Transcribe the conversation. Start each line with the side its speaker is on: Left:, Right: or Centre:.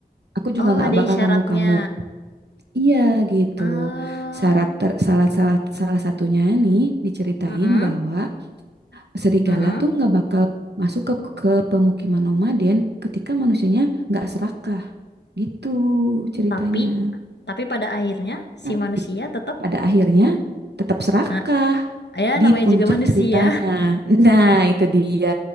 Right: aku juga
Left: oh,
Right: nggak
Left: ada
Right: bakal
Left: isyaratnya.
Right: ganggu kamu iya gitu
Left: Eh,
Right: syarat ter, salah salah salah satunya nih diceritain
Left: mm-mm,
Right: bahwa serigala
Left: mm-mm.
Right: tuh nggak bakal masuk ke, ke pemukiman nomaden ketika manusianya nggak serakah gitu ceritanya
Left: Tapi tapi pada akhirnya si
Right: Tapi
Left: manusia tetap
Right: pada akhirnya tetap serakah
Left: ah ya
Right: di
Left: namanya
Right: puncak
Left: juga manusia.
Right: ceritanya. <laughs> Nah, itu dia.